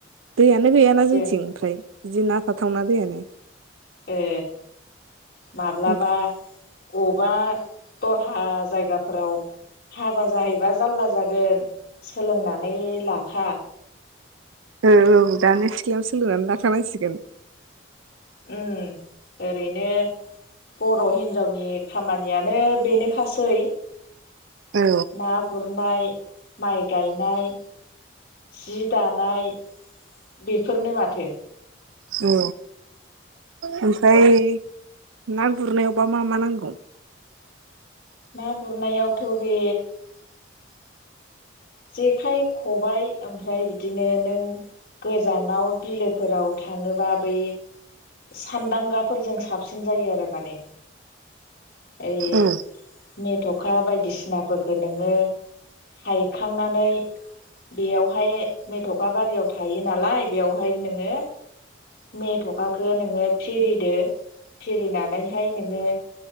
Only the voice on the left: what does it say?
जों
ए माब्लाबा
बबेबा दलहा जायगाफोराव हाबा जाहैबा जालला जागोन सोलोंनानै लाखा।
उम ओरैनो बर' हिनजावनि खामानियानो बेनोखासै।
ना गुरनाय माइ गायनाय जि दानाय बेफोरनो माथो
ना गुरनायावथ' बे जेखाइ खबाय ओमफ्राय बिदिनो नों गोजानाव बिलोफोराव थाङोबा बै सानदांगाफोरजों साबसिन जायो आरो माने ओइ
मेथ'खा बायदिसिनाफोरखौ नोङो हाइक खांनानै बेयावहाय मेथ'खा बारियाव थायो नालाय बेयावहाय नोङो मेथ'खााखो नोङो फिरिदो फिरिनानैहाय नोङो